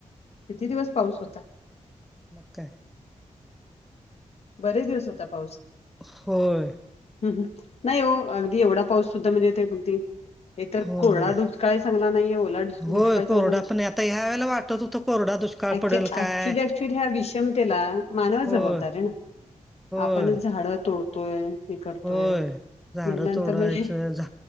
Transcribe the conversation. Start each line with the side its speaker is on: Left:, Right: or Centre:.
Left: किती दिवस पाऊस होता.
Centre: मगं काय
Left: बरेच दिवस होता पाऊस
Centre: होय
Left: हम हम नाही हो अगदी एवढा पाऊस सुद्धा म्हणजे <inaudible> हे तर
Centre: होय
Left: कोरडा दुष्काळ चांगला नाहीये, ओला दुष्काळ
Centre: होय
Left: चांगला
Centre: कोरडा
Left: नाही
Centre: पण आता ह्या वेळेला वाटत होतं कोरडा दुष्काळ
Left: अ
Centre: पडेल
Left: क्च्युली
Centre: काय
Left: क्च्युली ह्या विषमतेला मानवच
Centre: होय
Left: जबाबदार आहे ना
Centre: होय
Left: आपणच झाडं तोडतोय हे करतोय
Centre: होय झाडं
Left: म्हटल्यानंतर
Centre: तोडायचं
Left: म्हणजे
Centre: झा